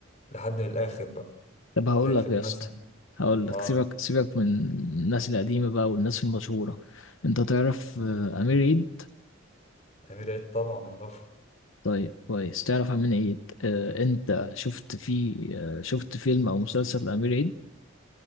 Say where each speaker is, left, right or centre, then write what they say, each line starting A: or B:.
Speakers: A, on the left; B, on the left.
A: لحد الاخر بقى
B: طب هقول
A: زي
B: لك
A: فيلم
B: يا اسطى
A: مثلا
B: هقول لك
A: اه
B: سيبك سيبك من الناس القديمه بقى والناس المشهوره انت تعرف آه، امير عيد
A: امير عيد طبعا اعرفه
B: طيب كويس تعرف امير عيد آه، انت شفت فيه آه، شفت فيلم او مسلسل لامير عيد